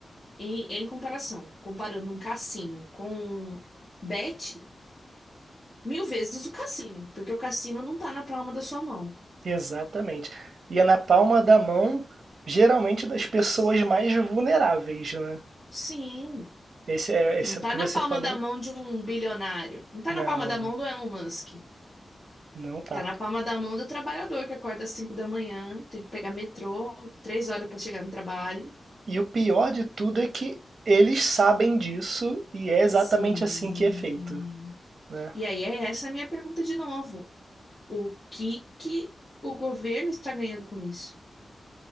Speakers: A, on the left; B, on the right.
A: Em, em comparação, comparando um cassino com bet, mil vezes o cassino, porque o cassino não tá na palma da sua mão.
B: Exatamente. E é na palma da mão, geralmente das pessoas mais vulneráveis, né?
A: Sim,
B: Esse é, esse
A: não tá
B: é o que
A: na
B: você
A: palma
B: falou.
A: da mão de um bilionário, não tá
B: Não,
A: na palma da
B: não,
A: mão do Elon Musk.
B: não tá.
A: Tá na palma da mão do trabalhador que acorda às 5 da manhã, tem que pegar metrô, três horas pra chegar no trabalho.
B: E o pior de tudo é que eles sabem disso e é exatamente
A: Sim.
B: assim que é feito, né?
A: E aí, é essa é a minha pergunta de novo. O que que o governo está ganhando com isso?